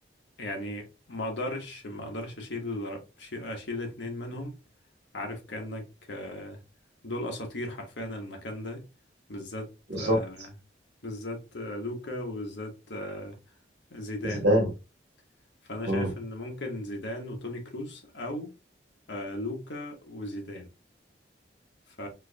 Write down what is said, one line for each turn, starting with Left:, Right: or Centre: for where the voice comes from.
Left: يعني ما أقدرش ما أقدرش أشيل أشيل اتنين منهم عارف كأنك آه، دول أساطير حرفيا المكان ده بالذات
Right: بالظبط
Left: آه، بالذات آه، لوكا وبالذات آه، زيدان
Right: زيدان
Left: فأنا
Right: مم.
Left: شايف إن ممكن زيدان وتوني كروس أو آه، لوكا وزيدان ف